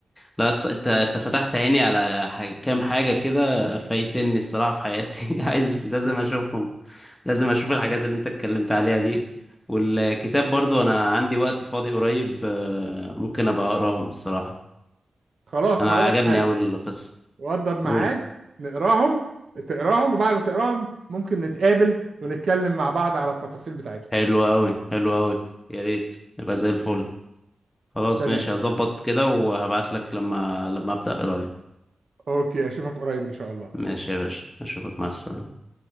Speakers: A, on the left; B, on the right.
A: لا أص... انت انت فتحت عيني على ح... كام حاجه كده فايتني الصراحه في حياتي <laughs> عايز لازم
B: <laughs>
A: اشوفهم لازم اشوف الحاجات اللي انت اتكلمت عليها دي والكتاب برضو انا عندي وقت فاضي قريب آه، ممكن ابقى اقراهم الصراحه
B: خلاص
A: انا
B: هقول
A: عجبني
B: لك حاجة
A: اوي القصه
B: وضب ميعاد
A: قول
B: نقراهم تقراهم وبعد ما تقراهم ممكن نتقابل ونتكلم مع بعض على التفاصيل بتاعتهم
A: حلو اوي حلو اوي يا ريت يبقى زي الفل خلاص
B: تمام
A: ماشي هظبط كده وهبعت لك لما لما أبدأ قراية
B: اوكي اشوفك قريب ان شاء الله
A: ماشي يا باشا أشوفك مع السلامة